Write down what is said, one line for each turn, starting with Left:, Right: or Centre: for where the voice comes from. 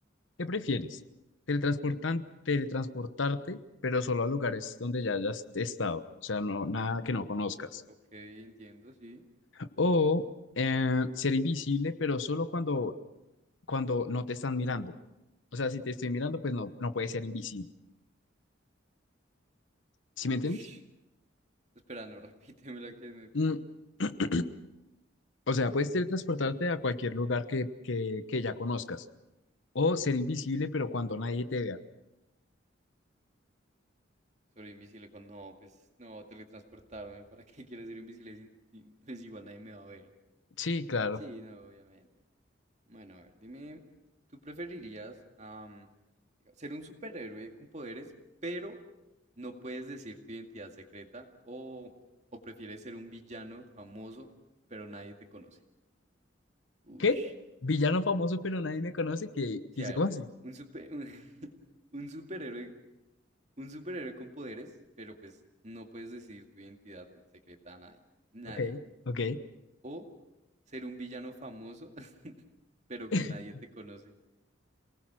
Left: ¿qué prefieres? Teletransportan- teletransportarte, pero solo a lugares donde ya hayas estado, o sea, no, nada que no conozcas.
Right: Ok, entiendo, sí.
Left: O eh, ser invisible, pero solo cuando, cuando no te están mirando. O sea, si te estoy mirando, pues no, no puedes ser invisible. ¿Sí
Right: Ush.
Left: me entiendes?
Right: Espera, no, <laughs> repíteme la que me perdí.
Left: Mm, <clears throat> O sea, puedes teletransportarte a cualquier lugar que, que, que ya conozcas. O ser invisible, pero cuando nadie te vea.
Right: Sobre invisible, cuando no, pues no, teletransportarme. ¿Para qué quieres ser invisible si, si- pues igual nadie me va a ver?
Left: Sí, claro.
Right: Sí, no, obviamente. Bueno, a ver, dime, ¿tú preferirías am, digamos, ser un superhéroe con poderes, pero no puedes decir tu identidad secreta? ¿O, o prefieres ser un villano famoso, pero nadie te conoce? Ush.
Left: ¿Qué? Villano famoso, pero nadie me conoce. ¿Qué?
Right: Sí,
Left: ¿Qué dice?
Right: a ver,
Left: ¿Cómo así?
Right: un, super, <laughs> un, un superhéroe, un superhéroe con poderes, pero pues no puedes decir tu identidad secreta a nadie. Nadie.
Left: Ok, ok.
Right: O ser un villano famoso, <laughs> pero
Left: <laughs>
Right: que nadie te conoce.